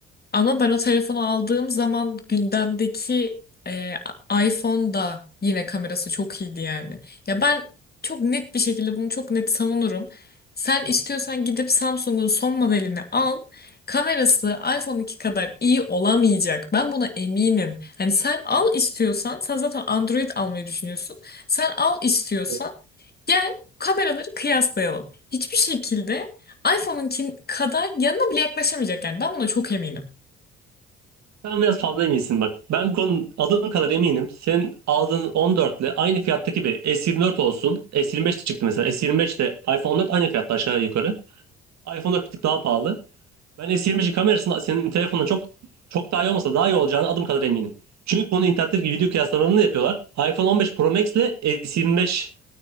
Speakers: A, on the left (about 30°); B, on the right (about 60°).
A: Ama ben o telefonu aldığım zaman gündemdeki e, iPhone da yine kamerası çok iyiydi yani. Ya ben çok net bir şekilde bunu çok net savunurum. Sen istiyorsan gidip Samsung'un son modelini al. Kamerası iPhone 2 kadar iyi olamayacak. Ben buna eminim. Hani sen al istiyorsan, sen zaten Android almayı düşünüyorsun. Sen al istiyorsan
B: Evet.
A: gel kameraları kıyaslayalım. Hiçbir şekilde iPhone'unkin kadar yanına bile yaklaşamayacak yani. Ben buna çok eminim.
B: Sen biraz fazla eminsin bak. Ben bu konu aldığım kadar eminim. Senin aldığın 14 ile aynı fiyattaki bir S24 olsun. S25 de çıktı mesela. S25 ile iPhone 14 aynı fiyatta aşağı yukarı. iPhone'da bir tık daha pahalı. Ben S20'in kamerasının senin telefonundan çok çok daha iyi olmasa daha iyi olacağını adım kadar eminim. Çünkü bunu internetteki video kıyaslamalarını da yapıyorlar. iPhone 15 Pro Max ile S25